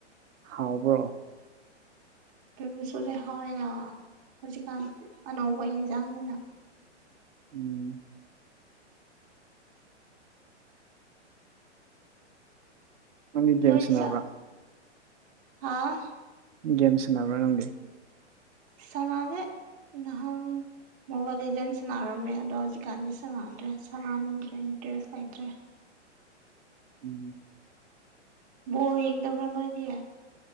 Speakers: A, on the right (about 90°); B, on the right (about 20°).
A: ꯍꯥꯎꯕ꯭ꯔꯣ
B: ꯇ ꯃꯁꯨꯁꯦ ꯍꯥꯎꯋꯦꯅ ꯍꯧꯖꯤꯛꯀꯥꯟ ꯑꯅꯧꯕ ꯏꯟꯁꯥꯡꯅꯤꯅ
A: ꯎꯝ ꯅꯪꯗꯤ ꯒꯦꯝ
B: ꯅꯣꯏꯗꯤ
A: ꯁꯥꯟꯅꯕ꯭ꯔꯥ
B: ꯆꯥꯛ ꯍꯥꯥ
A: ꯒꯦꯝꯁꯅꯕ꯭ꯔ ꯅꯪꯗꯤ
B: ꯁꯗꯦ ꯅꯍꯟ ꯃꯣꯕꯥꯏꯜ ꯂꯤꯖꯟ ꯁꯥꯟꯅꯔꯝꯃꯦ ꯑꯗꯣ ꯍꯧꯖꯤꯛꯀꯥꯟꯗꯤ ꯁꯥꯟꯅꯗ꯭ꯔꯦ ꯁꯥꯟꯅꯅꯤꯡꯗ꯭ꯔꯦ ꯏꯟꯇꯔꯦꯁ ꯂꯩꯇ꯭ꯔꯦ
A: ꯎꯝ
B: ꯕꯣꯜ ꯌꯦꯡꯗꯕꯔ ꯅꯣꯏꯗꯦ